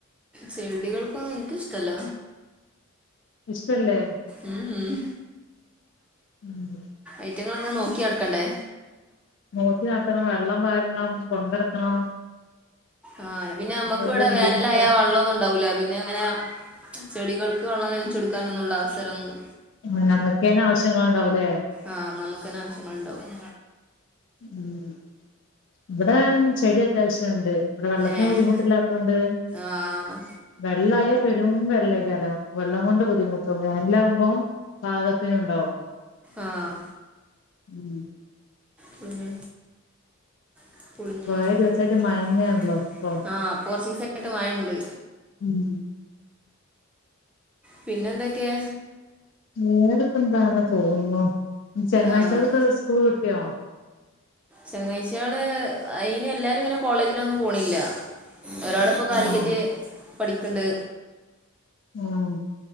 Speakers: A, in the centre; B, on the left.
A: ചെടികൾക്കൊന്നും എനിക്കിഷ്ടല്ല
B: ഇഷ്ടല്ലേ?
A: ഉംഉം
B: ഉം
A: ഐറ്റങ്ങളെങ്ങനെ നോക്കിനടക്കെണ്ടേ
B: നോക്കി നടതണം വെള്ളം വാരണം കൊണ്ടടക്കണം
A: ആഹ് പിന്നെ മ്മക്ക്
B: വലിയ
A: ഇവിടെ
B: ബുദ്ധിമുട്ടാ
A: വേനലായ വെള്ളമൊന്നും ഉണ്ടാവൂല പിന്നെ എങ്ങനാ ചെടികൾക്ക് വെള്ളം നനച്ചെടുക്കാനൊന്നുള്ള അവസരന്നും
B: അഹ നമ്മുക്കെന്ന ആവശ്യങ്ങൾ ഉണ്ടാവൂലേ
A: ആഹ് നമുക്കന്നെ ആവശ്യങ്ങളുണ്ടാവും
B: ഉം ഇവിടെ ചെടി അത്യാവശ്യണ്ട് ഇവിടെ വെള്ളത്തിന്
A: ഏഹ്
B: ബുദ്ധിമുട്ടില്ലാത്തോണ്ട്
A: ആഹ്
B: വെള്ളായാ പെരും വെള്ളകാരം വെള്ളം കൊണ്ട് ബുദ്ധിമുട്ടും വേനലാകുമ്പോം പാകത്തിനുണ്ടാവും
A: ആഹ്
B: ഉം
A: പിന്നെ <inaudible>
B: കൊറേ ദിവസായിട്ട് മഴന്നെയാണല്ലോ ഇപ്പം
A: ആ ഇപ്പൊറച്ചീസായിട്ട് മഴണ്ട്
B: ഉം
A: പിന്നെന്തൊക്കെ
B: മൂടിപ്പന്താ അങ്ങനെ പോകുന്നു. ചെങ്ങായിച്ചാൾക്കക്കെ
A: ആഹ്
B: സ്കൂൾ കിട്ടിയോ
A: ചെങ്ങായ്‌ചെല് അയ്ന് എല്ലാരും ഇങ്ങനെ കോളേജിലൊന്നും പോണില്ല ഒരാളിപ്പോ കാലിക്കറ്റ്
B: ആഹ്
A: പഠിക്കണ്ട്
B: ഉമ്